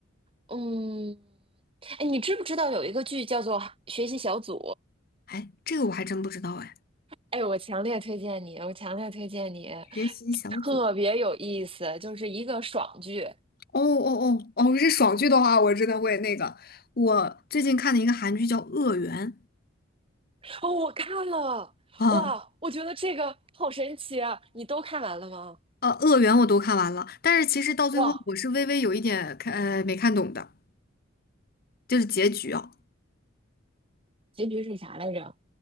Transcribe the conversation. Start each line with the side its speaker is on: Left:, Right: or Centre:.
Right: 嗯，哎，你知不知道有一个剧叫做《学习小组》？
Left: 哎，这个我还真不知道哎。
Right: 哎，我强烈推荐你，我强烈推荐你，
Left: 学习小组。
Right: 特别有意思，就是一个爽剧。
Left: 哦哦哦哦，是爽剧的话，我真的会那个。我最近看的一个韩剧叫《恶缘》
Right: 哦，我看了，
Left: 啊，
Right: 哇，我觉得这个好神奇啊！你都看完了吗？
Left: 呃，《恶缘》我都看完了，但是其实到最后我是微微有一点看，
Right: 哇，
Left: 呃，没看懂的，就是结局啊。
Right: 结局是啥来着？